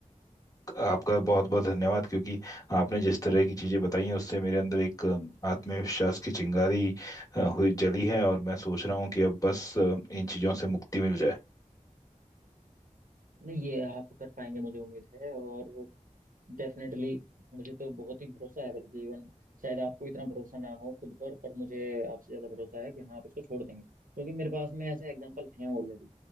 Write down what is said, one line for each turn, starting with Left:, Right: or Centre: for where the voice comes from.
Left: आपका बहुत बहुत धन्यवाद क्योंकि आपने जिस तरह की चीज़ें बताई हैं उससे मेरे अंदर एक अ, आत्मविश्वास की चिंगारी अ, हुई जली है और मैं सोच रहा हूँ कि अब बस अ, इन चीज़ों से मुक्ति मिल जाए
Right: नहीं ये आप कर पाएंगे मुझे उम्मीद है और डेफिनेटली मुझे तो बहुत ही भरोसा है बल्कि इवन शायद आपको इतना भरोसा ना हो खुद पर पर मुझे आपसे ज्यादा भरोसा है कि हाँ आप इसको छोड़ देंगे क्योंकि मेरे पास में ऐसे एग्जांपल हैं ऑलरेडी